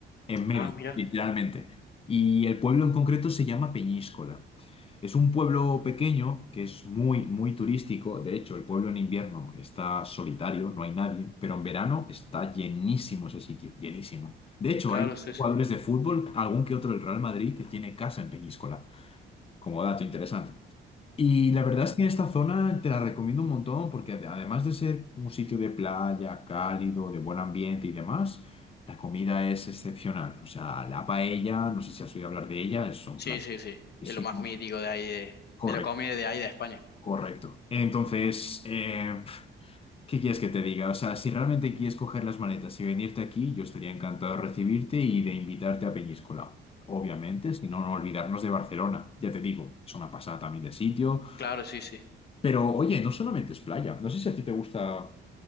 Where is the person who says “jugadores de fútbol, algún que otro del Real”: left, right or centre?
Left